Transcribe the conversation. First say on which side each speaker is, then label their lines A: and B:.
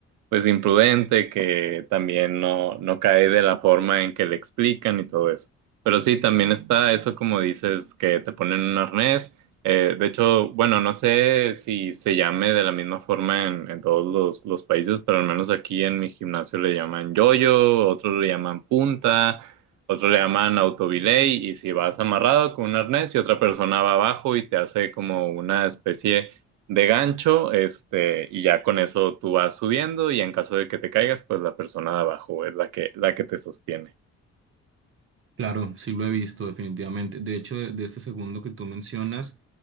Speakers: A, on the right; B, on the right.
A: pues imprudente, que también no, no cae de la forma en que le explican y todo eso. Pero sí, también está eso como dices, que te ponen un arnés. Eh, de hecho, bueno, no sé si se llame de la misma forma en, en todos los, los países, pero al menos aquí en mi gimnasio le llaman yoyo, otros le llaman punta, otros le llaman autobilay, y si vas amarrado con un arnés y otra persona va abajo y te hace como una especie de gancho, este, y ya con eso tú vas subiendo y en caso de que te caigas, pues la persona de abajo es la que, la que te sostiene.
B: Claro, sí lo he visto definitivamente. De hecho, de, de este segundo que tú mencionas,